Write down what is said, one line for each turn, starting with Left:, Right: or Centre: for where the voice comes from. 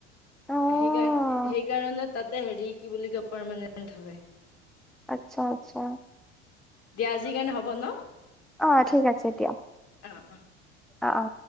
Centre: অ',
Left: সেইকাৰ সেইকাৰণে তাতে হেৰি কি বুলি কয় পাৰমানেন্ট হয়।
Centre: আচ্ছা আচ্ছা।
Left: দিয়া আজিৰ কাৰণে হ'ব ন।
Centre: অ' ঠিক আছে দিয়া
Left: অ অ।
Centre: অ অ।